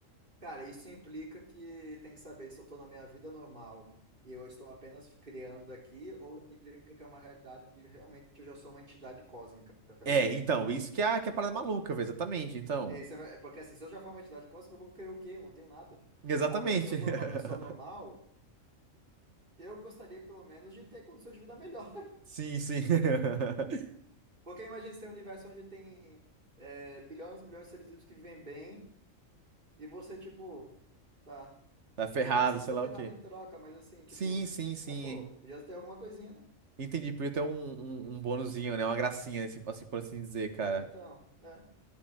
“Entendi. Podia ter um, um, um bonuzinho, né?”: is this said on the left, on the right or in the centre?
Right